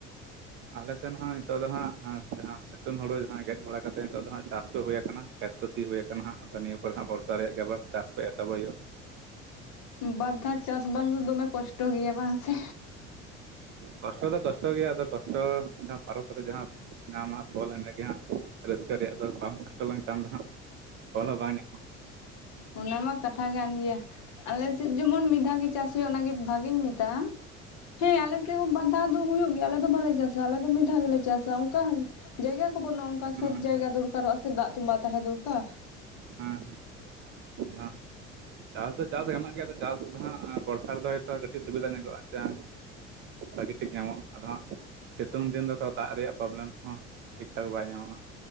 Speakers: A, on the right; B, on the left.
A: ᱟᱞᱮ ᱥᱮᱱ ᱦᱚᱸ ᱱᱤᱛᱚᱜ ᱫᱚ ᱦᱟᱸᱜ ᱡᱟᱸ ᱥᱤᱛᱩᱝ ᱦᱳᱲᱳ ᱡᱟᱦᱟᱸ ᱜᱮᱫ ᱵᱟᱲᱟ ᱠᱟᱛᱮᱫ ᱱᱤᱛᱚᱜ ᱫᱚ ᱦᱟᱸᱜ ᱪᱟᱥ ᱠᱚ ᱦᱩᱭᱭᱟ ᱟᱠᱟᱱᱟ ᱠᱷᱮᱛ ᱠᱚ ᱥᱤ ᱦᱳᱭᱟ ᱟᱠᱟᱱᱟ ᱦᱟᱸᱜ ᱟᱫᱚ ᱱᱤᱭᱟᱹ ᱯᱚᱨ ᱦᱟᱸᱜ ᱵᱚᱨᱥᱟ ᱨᱮᱭᱟᱜ ᱜᱮ ᱟᱵᱟᱨ ᱪᱟᱥ ᱠᱚ ᱮᱛᱚᱵ ᱦᱩᱭᱩᱜᱼᱟ᱾
B: ᱵᱟᱨ ᱫᱷᱟᱣ ᱪᱟᱥ ᱵᱟᱥ ᱫᱚ ᱫᱚᱢᱮ ᱠᱚᱥᱴᱚ ᱜᱮᱭᱟ ᱵᱟᱝ ᱥᱮ?
A: ᱠᱚᱥᱴᱚ ᱫᱚ ᱠᱚᱥᱴᱚ ᱜᱮᱭᱟ ᱟᱫᱚ ᱠᱚᱥᱴᱚ ᱡᱟᱦᱟᱸ ᱯᱟᱨᱚᱢ ᱠᱟᱛᱮ ᱡᱟᱦᱟᱸ ᱧᱟᱢᱟ ᱯᱷᱚᱞ ᱤᱱᱟᱹᱜᱮ ᱦᱟᱸᱜ ᱨᱟᱹᱥᱠᱟᱹ ᱨᱮᱭᱟᱜ ᱫᱚ ᱵᱟᱢ ᱠᱚᱥᱴᱚ ᱞᱮᱱᱠᱷᱟᱱ ᱫᱚ ᱦᱟᱸᱜ ᱯᱷᱚᱞ ᱦᱚᱸ ᱵᱟᱝ ᱧᱟᱢᱟ
B: ᱚᱱᱟᱢᱟ ᱠᱟᱛᱷᱟ ᱠᱟᱱ ᱜᱮᱭᱟ᱾ ᱟᱞᱮᱥᱮᱫ ᱡᱮᱢᱚᱱ ᱢᱤᱫ ᱫᱷᱟᱣ ᱜᱮ ᱪᱟᱥ ᱦᱩᱭᱩᱜᱼᱟ ᱚᱱᱟᱜᱮ ᱵᱷᱟᱜᱤᱧ ᱢᱮᱛᱟᱜᱼᱟ᱾ ᱦᱮᱸ ᱟᱞᱮᱥᱮᱫ ᱦᱚᱸ ᱵᱟ ᱫᱚ ᱦᱩᱭᱩᱜ ᱜᱮᱭᱟ ᱟᱞᱮ ᱫᱚ ᱵᱟᱞᱮ ᱪᱟᱥᱟ ᱟᱞᱮ ᱫᱚ ᱢᱤᱫ ᱫᱷᱟᱣ ᱜᱮᱞᱮ ᱪᱟᱥᱟ ᱚᱱᱠᱟᱱ ᱡᱟᱭᱜᱟ ᱠᱚ ᱵᱟᱹᱱᱩᱜᱼᱟ ᱚᱱᱠᱟ
A: ᱦᱮᱸ
B: ᱥᱳᱛ ᱡᱟᱭᱜᱟ ᱫᱚᱨᱠᱟᱨᱚᱜᱼᱟ ᱥᱮ ᱫᱟᱜ ᱛᱩᱸᱵᱟ ᱛᱟᱦᱮᱸ ᱫᱚᱨᱠᱟᱨ᱾
A: ᱦᱮᱸ ᱦᱮᱸ ᱪᱟᱥ ᱫᱚ ᱪᱟᱥ ᱜᱟᱱᱚᱜ ᱜᱮᱭᱟ ᱟᱫᱚ ᱪᱟᱥ ᱫᱚ ᱦᱟᱸᱜ ᱵᱚᱨᱥᱟ ᱨᱮᱫᱚ ᱦᱳᱭᱛᱳ ᱠᱟᱹᱴᱤᱡ ᱥᱩᱵᱤᱫᱟ ᱧᱚᱜᱚᱜᱚᱜᱼᱟ᱾ ᱵᱷᱟᱹᱜᱤ ᱴᱷᱤᱠ ᱧᱟᱢᱚᱜᱼᱟ ᱟᱫᱚ ᱦᱟᱸᱜ ᱥᱤᱛᱩᱝ ᱫᱤᱱ ᱫᱚ ᱛᱚᱲᱟ ᱫᱟᱜ ᱨᱮᱭᱟᱜ ᱯᱨᱚᱵᱞᱮᱢ ᱠᱚᱦᱚᱸ ᱴᱷᱤᱠ ᱴᱷᱟᱠ ᱵᱟᱭ ᱧᱟᱢᱚᱜᱼᱟ᱾